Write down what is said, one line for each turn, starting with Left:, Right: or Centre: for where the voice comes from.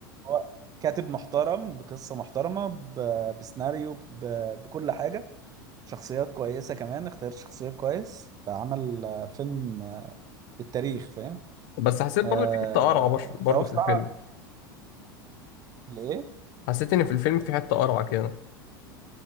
Right: هو كاتب محترم بقصه محترمه ب- بسيناريو ب- بكل حاجه شخصيات كويسه كمان اختار شخصيات كويس فعمل آه، فيلم آه، للتاريخ فاهم
Left: بس حسيت
Right: آه،
Left: برضه في حته قرعه برش- برضه
Right: فهو بصراحه
Left: في الفيلم
Right: ايه
Left: حسيت ان في الفيلم في حته قرعه كده